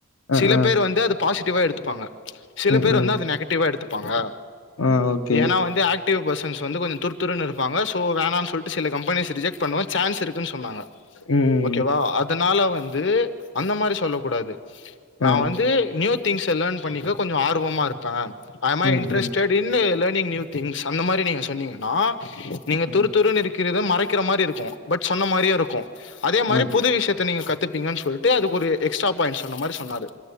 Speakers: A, on the left (about 85°); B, on the left (about 55°).
A: ஆ, ஆ,
B: சில
A: ஆ,
B: பேர் வந்து அது பாசிட்டிவா எடுத்துப்பாங்க சில
A: ம்,
B: பேர்
A: ம்,
B: வந்து அத நெகட்டிவா எடுத்துப்பாங்க
A: ஆ, ஓகே.
B: ஏன்னா வந்து ஆக் டிவ் பர்சன்ஸ் வந்து கொஞ்சோ துருத்துருன்னு இருப்பாங்க சோ வேணான்னு சொல்ட்டு சில கம்பெனிஸ் ரிஜெக்ட் பண்ணவு சான்ஸ் இருக்குன்னு சொன்னாங்க
A: உம்
B: ஓகேவா அதனால வந்து அந்த மாரி சொல்ல கூடாது நா
A: ஆ,
B: வந்து நியூ திங்ஸ லர்ன் பண்ணிக்க கொஞ்சோ ஆர்வமா இருப்பே ஐ அம்
A: ம்,
B: அ இன்ட்ரஸ்டட்
A: ம்,
B: இன்ன லர்னிங் நியூ திங்ஸ் அந்த மாரி நீங்க சொன்னீங்கன்னா நீங்க
A: ஆ,
B: துருதுருனு இருக் க்கிறத மறைக்கிற மாரி இருக்கு பட் சொன்ன மாரியு இருக்கு அதே மாரி
A: ஆ,
B: புது விஷயத் நீங்க கத்துப்பீங்கன்னு சொல்ட்டு அது ஒரு எக்ஸ்ட்ரா பாயிண்ட் சொன்ன மாரி சொன்னாரு